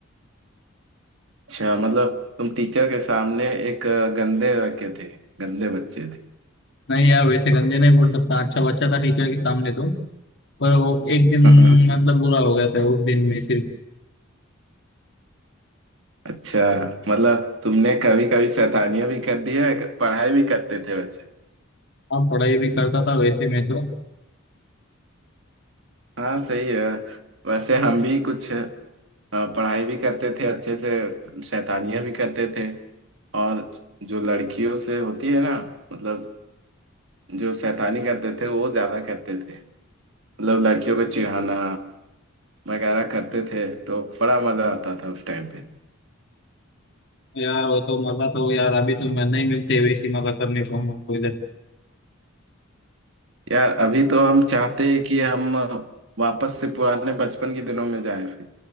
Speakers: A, on the right (about 65°); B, on the left (about 60°).
A: अच्छा मतलब तुम टीचर के सामने एक अ, गंदे लड़के थे गंदे बच्चे थे
B: नहीं यार वैसे गंदे नहीं बोल सकता अच्छा बच्चा था टीचर के सामने तो पर वो एक दिन
A: <laughs>
B: मतलब बुरा हो गया था उस दिन में सिर्फ
A: अच्छा मतलब तुमने कभी कभी शैतानियां भी कर दी है पढ़ाई भी करते थे वैसे
B: हाँ पढ़ाई भी करता था वैसे मैं तो
A: हाँ सही है वैसे हम भी कुछ अ, पढ़ाई भी करते थे अच्छे से शैतानियां भी करते थे और जो लड़कियों से होती है ना मतलब जो शैतानी करते थे वो ज्यादा करते थे मतलब लड़कियों को चिढ़ाना वगैरह करते थे तो बड़ा मजा आता था उस टाइम पे
B: यार वो तो मजा तो यार अभी तो मैं नहीं मिलते वैसी मजा करने को हमारे को इधर
A: यार अभी तो हम चाहते हैं कि हम वापस से पुराने बचपन के दिनों में जाएं फिर